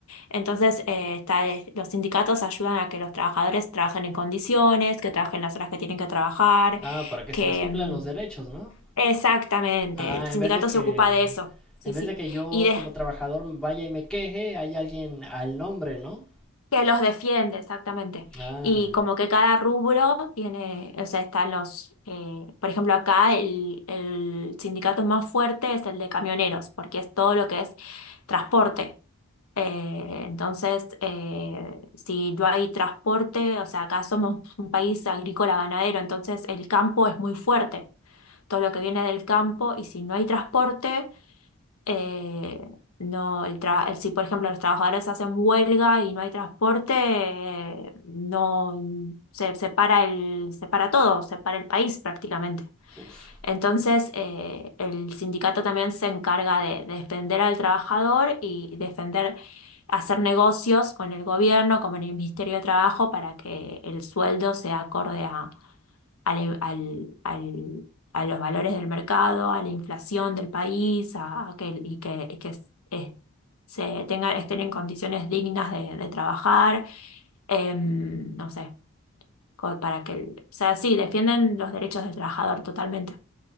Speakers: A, on the left; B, in the centre.
A: entonces eh, está, eh, los sindicatos ayudan a que los trabajadores trabajen en condiciones, que trabajen las horas que tienen que trabajar,
B: Ah, para que
A: que
B: se les cumplan
A: mm,
B: los derechos, ¿no?
A: exactamente,
B: Ah,
A: el
B: en
A: sindicato
B: vez de que,
A: se ocupa de eso. Sí,
B: en vez
A: sí.
B: de que yo
A: Y de-
B: como trabajador vaya y me queje, hay alguien al nombre, ¿no?
A: que los defiende, exactamente.
B: Ah,
A: Y como que cada rubro tiene, o sea, están los, eh, por ejemplo, acá el, el sindicato más fuerte es el de camioneros, porque es todo lo que es transporte. Eh, entonces, eh, si no hay transporte, o sea, acá somos un país agrícola ganadero, entonces el campo es muy fuerte, todo lo que viene del campo, y si no hay transporte eh, no, el tra- el- si por ejemplo los trabajadores hacen huelga y no hay transporte, eh, no se, se para el, se para todo, se para el país prácticamente.
B: uf.
A: Entonces, eh, el sindicato también se encarga de, de defender al trabajador y defender, hacer negocios con el gobierno, con el Ministerio de Trabajo, para que el sueldo sea acorde al- e, al- al- a los valores del mercado, a la inflación del país, a, a que, y que, y que es- es- se tengan, estén en condiciones dignas de, de trabajar, em, no sé, co- para que, el- o sea, sí, defienden los derechos del trabajador totalmente.